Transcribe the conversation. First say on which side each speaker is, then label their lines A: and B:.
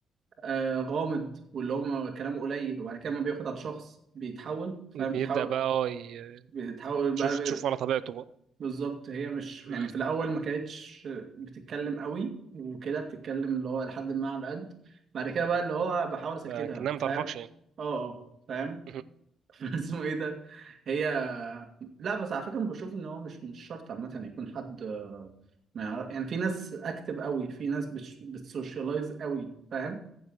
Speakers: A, on the right (about 55°); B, on the right (about 70°).
A: آه غامض واللي هو كلامه قليل وبعد كده ما بياخد على الشخص بيتحول فاهم بيتحول
B: بيبدا بقى اه ي-
A: بيتحول بقى
B: تشوف تشوف على طبيعته بقى
A: بالظبط هي مش يعني
B: مم.
A: في الاول ما كانتش بتتكلم قوي وكده بتتكلم اللي هو لحد ما على قد بعد كده بقى اللي هو بحاول اسكتها
B: لكنها ما
A: فاهم
B: تعرفكش يعني
A: اه اه فاهم
B: مهم.
A: <laughs> اسمه ايه ده هي لا بس على فكره بشوف ان هو مش مش شرط عامه يكون حد آه، ما يعرف يعني في ناس اكتف قوي في ناس بتش... بتسوشيالايز قوي فاهم